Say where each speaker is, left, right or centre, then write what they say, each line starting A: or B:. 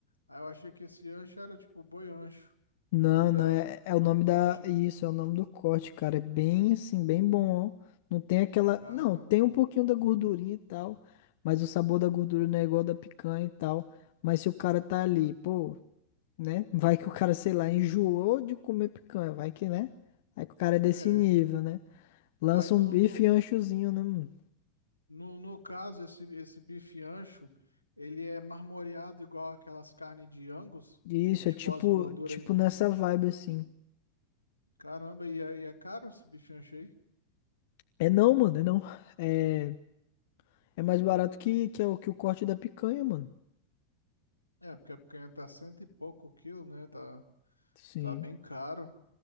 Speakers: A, on the left (about 90°); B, on the left (about 50°).
A: Aí eu achei que esse ancho era tipo boi ancho.
B: Não,
A: Mas
B: não,
A: é o,
B: é, é o
A: é
B: nome
A: o corte,
B: da.
A: né?
B: Isso, é o nome do corte, cara. É bem assim, bem bom, ó. Não tem aquela.
A: Caramba.
B: Não, tem um pouquinho da gordurinha e tal. Mas o sabor da gordura não é igual da picanha e tal. Mas se o cara tá ali, pô, né? Vai que o cara, sei lá, enjoou de comer picanha. Vai que, né? Aí que o cara é desse
A: É.
B: nível, né? Lança
A: Aí no,
B: um bife
A: no,
B: anchozinho, né? mano?
A: no, no caso, esse, esse bife ancho, ele é marmoreado igual aquelas carnes de Angus.
B: Isso,
A: Tem tipo
B: é tipo,
A: as gorduras.
B: tipo
A: Em,
B: nessa
A: em-
B: vibe assim.
A: Caramba, e é, e é caro esse bife ancho aí?
B: É não, mano, é não. É. É mais barato que, que, é o, que o corte da picanha, mano.
A: É, porque a picanha tá cento e pouco quilo, né? Tá,
B: Sim.
A: tá bem caro.